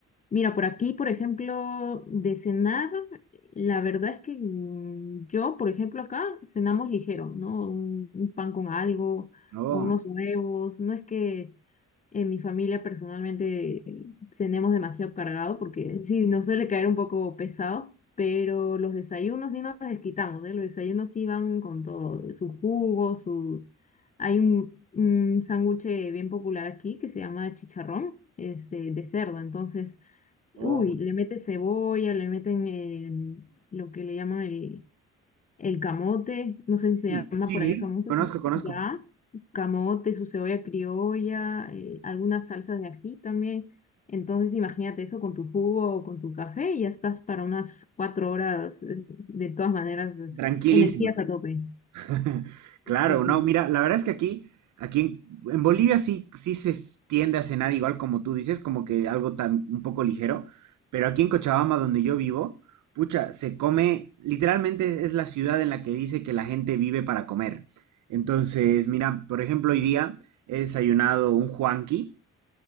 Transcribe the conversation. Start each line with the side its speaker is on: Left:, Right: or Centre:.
Left: mira, por aquí, por ejemplo, de cenar, la verdad es que mm, yo, por ejemplo, acá cenamos ligero, ¿no? un un pan con algo
Right: Oh,
Left: o unos huevos, no es que en mi familia personalmente cenemos demasiado cargado porque sí, nos suele caer un poco pesado, pero los desayunos sí nos desquitamos, ¿eh? Los desayunos sí van con todo, su jugo, su... Hay un, un sándwich bien popular aquí que se llama chicharrón, este, de cerdo, entonces,
Right: oh,
Left: uy, le meten cebolla, le meten eh, lo que le llaman el el camote, no sé si se
Right: uy,
Left: llama
Right: sí,
Left: por
Right: sí,
Left: allá camote
Right: conozco,
Left: también,
Right: conozco.
Left: ya, camote, su cebolla criolla, eh, algunas salsas de ají también. Entonces imagínate eso con tu jugo o con tu café y ya estás para unas cuatro horas, eh, de todas maneras, eh,
Right: Tranquilísimo.
Left: energías a tope.
Right: <laughs> Claro,
Left: Sí, sí.
Right: no, mira, la verdad es que aquí, aquí en, en Bolivia sí, sí se s- tiende a cenar igual como tú dices, como que algo tan, un poco ligero, pero aquí en Cochabamba, donde yo vivo, pucha, se come, literalmente es la ciudad en la que dice que la gente vive para comer. Entonces, mira, por ejemplo, hoy día he desayunado un huanqui,